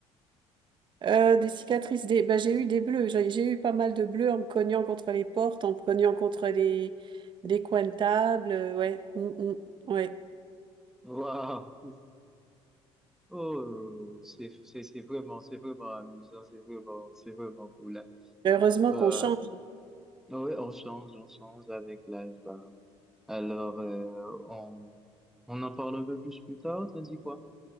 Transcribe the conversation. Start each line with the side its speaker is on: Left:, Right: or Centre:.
Right: Euh, des cicatrices, des... bah, j'ai eu des bleus, j'ai j'ai eu pas mal de bleus en me cognant contre les portes, en me cognant contre les, les coins de table, euh, ouais, Mm, mm, ouais.
Centre: Waouh! <laughs> Oh, c'est, c'est, c'est vraiment, c'est vraiment amusant, c'est vraiment, c'est vraiment cool. hein.
Right: Heureusement
Centre: Bah,
Right: qu'on change.
Centre: ouais, on change, on change avec l'âge, bah. Alors, euh, on, on en parle un peu plus plus tard, t'as dit quoi?